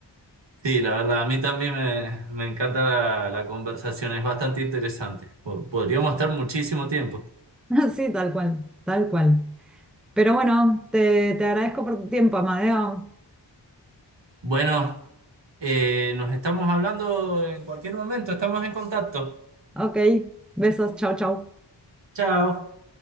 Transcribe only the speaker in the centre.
<laughs> Sí, tal cual, tal cual. Pero bueno, te, te agradezco por tu tiempo, Amadeo.
Ok, besos, chau, chau.